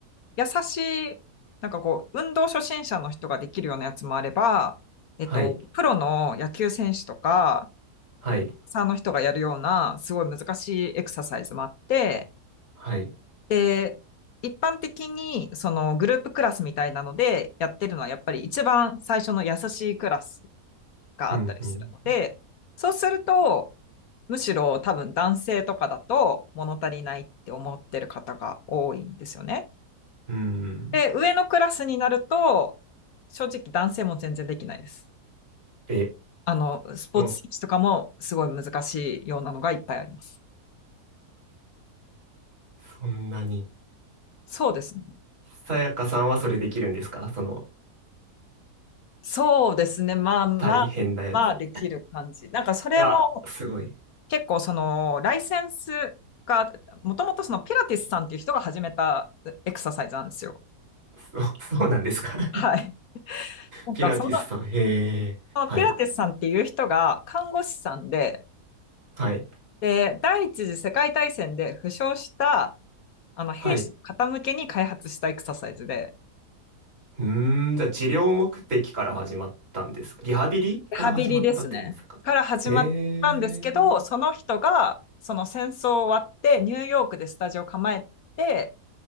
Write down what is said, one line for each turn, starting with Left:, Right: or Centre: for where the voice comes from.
Left: 優しい、なんかこう、運動初心者の人ができるようなやつもあれば、えっと、
Right: はい。
Left: プロの野球選手とか、
Right: はい。
Left: サーの人がやるような、すごい難しいエクササイズもあって、
Right: はい。
Left: で、一般的にそのグループクラスみたいなのでやってるのはやっぱり一番最初の優しいクラスがあったりするので、
Right: うん、うん。
Left: そうすると、むしろ多分男性とかだと物足りないって思ってる方が多いんですよね。
Right: うん。
Left: で、上のクラスになると、正直男性も全然できないです。
Right: え、
Left: あの、スポーツ選手とかもすごい難しいようなのがいっぱいあります。
Right: もう、そんなに。
Left: そうですね。
Right: さやかさんはそれできるんですかその、
Left: そうですね。まあまあ、
Right: 大変なやつ。
Left: まあできる感じ。なんかそれも
Right: あ、すごい。
Left: 結構そのライセンスが、もともとそのピラティスさんっていう人が始めたエクササイズなんですよ。
Right: そう、そうなんですか <laughs>
Left: はい。なんかその、
Right: ピラティスさん。へえ。
Left: そのピラティスさんっていう人が看護師さんで、
Right: はい。はい。
Left: で、第一次世界大戦で負傷したあの兵士の方向けに開発したエクササイズで、
Right: はい。うーん、じゃあ治療目的から始まったんですかリハビリから始まったってことですかへえ。
Left: リハビリですね。から始まったんですけど、その人がその戦争終わってニューヨークでスタジオ構えて、